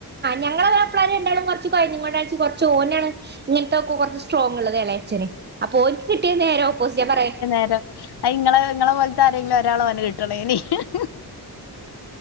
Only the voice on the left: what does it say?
അയ് ഇങ്ങള് ഇ ങ്ങളെ പോലെ ആരെങ്കിലും ആ ഒരാളെ ഓന്ക്ക് കിട്ടി <unintelligible> കിട്ടണ്ടീനി <unintelligible>